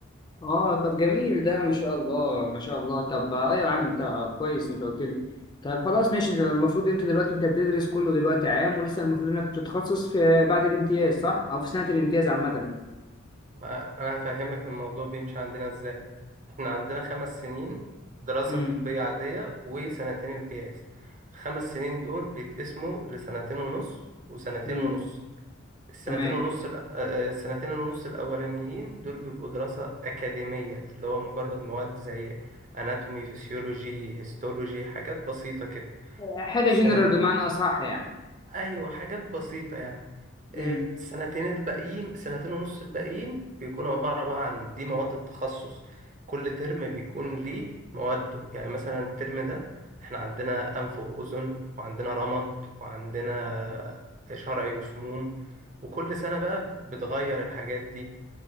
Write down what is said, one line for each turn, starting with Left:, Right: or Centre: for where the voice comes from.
Left: اه طب جميل ده ما شاء الله ما شاء الله طب ايوه يا عم انت كويس انت قلت لي طب خلاص ماشي ده المفروض انت دلوقتي انت بتدرس كله دلوقتي عام ولسه المفروض انك بتتخصص في بعد الامتياز صح او في سنه الامتياز عامه يعني
Right: بقى أنا هفهمك الموضوع بيمشي عندنا إزاي إحنا عندنا خمس سنين دراسة
Left: امم
Right: طبية عادية وسنتين امتياز الخمس سنين دول بيتقسموا لسنتين ونص وسنتين
Left: امم
Right: ونص السنتين
Left: تمام
Right: ونص الأ- آه، آه، السنتين ونص الأولانيين دول بيبقوا دراسة أكاديمية اللي هو مجرد مواد زي أناتومي فيسيولوجي هيستولوجي حاجات بسيطة كده
Left: حاجه
Right: السنة
Left: جنرال بمعنى اصح يعني
Right: ايوه حاجات بسيطه يعني آه،
Left: امم
Right: السنتين الباقيين سنتين ونص الباقيين بيكونوا عباره بقى عن دي مواد التخصص كل ترم بيكون ليه مواده يعني مثلا الترم ده احنا عندنا انف واذن وعندنا رمد وعندنا شرعي وسموم وكل سنه بقى بتغير الحاجات دي